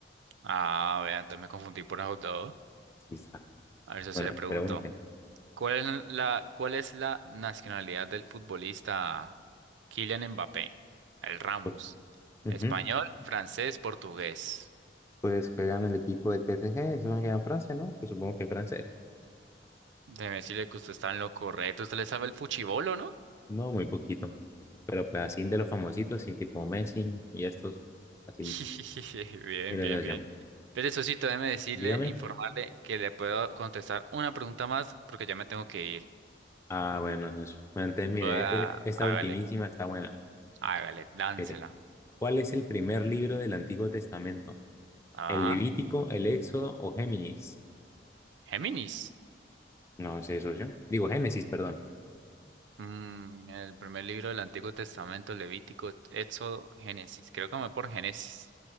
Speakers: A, on the right (about 80°); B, on the left (about 15°).
A: Ah, vean, entonces me confundí por esos dos.
B: quizá.
A: A ver, socio,
B: Bueno,
A: le pregunto.
B: pregunten.
A: ¿Cuál es la, cuál es la nacionalidad del futbolista Kylian Mbappé? El Ramos.
B: Pues, Ujú.
A: Español, francés, portugués.
B: Pues juegan el equipo del PSG, eso juega en Francia, ¿no? Pues supongo que Francia
A: Déjeme decirle que usted está en lo correcto. Usted le sabe el fuchibolo, ¿no?
B: No, muy poquito. Pero pues así de los famositos, sí, tipo Messi y estos, así,
A: <laughs> Bien,
B: mi sensación.
A: bien, bien. Pero eso sí, déjeme decirle,
B: Dígame.
A: informarle que le puedo contestar una pregunta más porque ya me tengo que ir.
B: Ah, bueno, socio. Bueno, entonces mire,
A: Ah,
B: e- esta
A: hágale,
B: ultimísima está buena.
A: hágale, dánsela.
B: Mire, ¿cuál es el primer libro del Antiguo Testamento?
A: Ajá.
B: ¿El Levítico, el Éxodo o Géminis?
A: Géminis.
B: No sé, socio. Digo, Génesis, perdón.
A: Mm, el primer libro del Antiguo Testamento, Levítico, Éxodo, Génesis. Creo que me voy por Génesis.